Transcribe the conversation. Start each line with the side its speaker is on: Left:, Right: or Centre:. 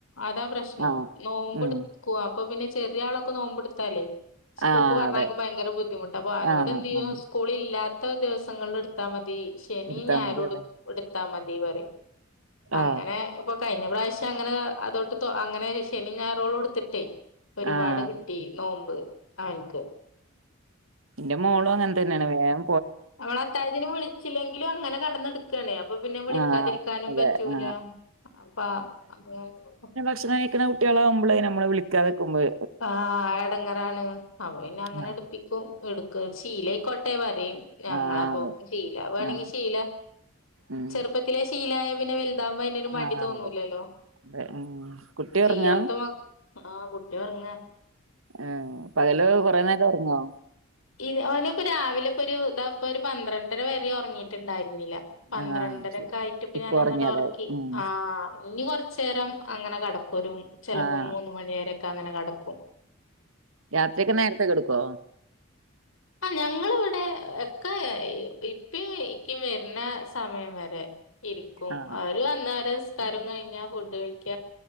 Left: അതാ പ്രശ്നം
Right: ആ
Left: നോമ്പടുക്ക
Right: ഉം
Left: അപ്പൊ പിന്നെ ചെറിയ ആളൊക്കെ നോമ്പടുത്താലേ സ്കൂൾക്ക്
Right: ആ
Left: പറഞ്ഞയക്കുമ്പോ
Right: അതെ
Left: ഭയങ്കര ബുദ്ധിമുട്ട അപ്പോ ഓനോട്
Right: ആ
Left: ന്തെയ്യും
Right: ആ
Left: സ്കൂളില്ല ഇത്ത ദിവസങ്ങളില് ടുത്താ മതി ശനി
Right: എടുത്താ
Left: ഞായരും
Right: മതി അതെ
Left: ടു എടുത്താ മതി പറയും അങ്ങനെ
Right: ആ
Left: ഇപ്പൊ കഴിഞ്ഞ പ്രാവശ്യം അങ്ങനെ അതൊട്ട് അങ്ങനെ ശനിം ഞായറും എടുത്തിട്ടേ ഒരുപാട്
Right: ആ അതെ
Left: കിട്ടി നോമ്പ് ഓൻക്ക്
Right: ന്റെ മോളും അങ്ങൻതന്നെണ് വേം
Left: മ്മള് അത്തായത്തിന് വിളിച്ചില്ലെങ്കിലും അങ്ങനെ കെടന്നെടു ക്ക്ല്ലെ അപ്പൊ പിന്നെ വിളിക്കാതിരിക്കാനും
Right: ആ അതെ
Left: പറ്റൂല
Right: ആ
Left: അപ്പ <unintelligible>
Right: ക്ഷണം കഴിക്കുന്ന കുട്ടികളാവുമ്പള് നമ്മള് വിളിക്കാതെക്കുമ്പോള്
Left: ആഹ് എടങ്ങറാണ്. അപ്പൊ പിന്നെ അങ്ങനെ
Right: ആ
Left: ഇടുപ്പി ക്കും ഇടുക്കും ശീലായ്ക്കോട്ടേ പറയും. ഞങ്ങളപ്പൊ
Right: ആ അതെ
Left: ശീലാവണെങ്കി
Right: ആ
Left: ശീല
Right: ഉം
Left: ചെറുപ്പത്തിലെ ശീലായ പിന്നെ വെ ലുതാവുമ്പോ അയ്നൊരു
Right: ആ
Left: മടി തോന്നൂലല്ലോ,
Right: അതെ അതെ ഉം കുട്ടി
Left: ചെയ്യാത്ത
Right: ഒറങ്ങാ
Left: മ ആഹ് കുട്ടി ഒറങാ.
Right: ആഹ് പകല് കൊറേ നേരം ഉറങ്ങോ?
Left: ഇ ഓന് പ്പോ രാവിലെ പ്പൊ ഒരു ഇതാപ്പൊ ഒരു പന്ത്രണ്ടര വരെ ഉറങ്ങിയിട്ടുണ്ടായിരുന്നില്ല. പന്ത്രണ്ടരക്കായിട്ട്
Right: ആഹ് ശരി
Left: പ്പ
Right: ഇപ്പൊ
Left: ഞാനോന്നടറക്കി
Right: ഒറങ്ങിയതാവും ഉം
Left: ആഹ്. ഇനി കൊറച്ചേരം അങ്ങനെ കടക്കും ഒരു മു ചിലപ്പോ
Right: ആഹ്
Left: മൂന്ന് മണിവരെക്കെ അങ്ങനെ കെടക്കും.
Right: രാത്രിയക്കെ നേരത്തെ കെട്ക്കോ?
Left: ആഹ് ഞങ്ങളിവിടെ എക്ക ഇപ്പെ ഇക്കേ വരുന്ന സമയം വരെ ഇരിക്കും.
Right: ആഹ്
Left: അവര് വന്നാല് നിസ്കാരം കയ്ഞ്ഞ ഫുഡ് കഴിക്ക.